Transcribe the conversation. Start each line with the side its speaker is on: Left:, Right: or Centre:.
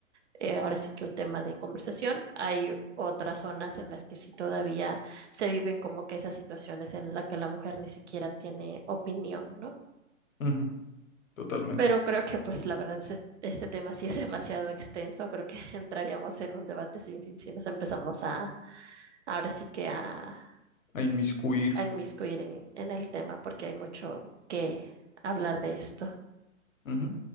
Right: eh, ahora sí que un tema de conversación, hay otras zonas en las que sí todavía se viven como que esas situaciones en las que la mujer ni siquiera tiene opinión, ¿no?
Left: Ujú, totalmente.
Right: Pero creo que, pues, la verdad, es- este tema sí es demasiado extenso. Creo que <laughs> entraríamos en un debate sin fin si nos empezamos a, ahora sí que a,
Left: A inmiscuir.
Right: a inmiscuir en, en el tema, porque hay mucho que hablar de esto.
Left: Ujú,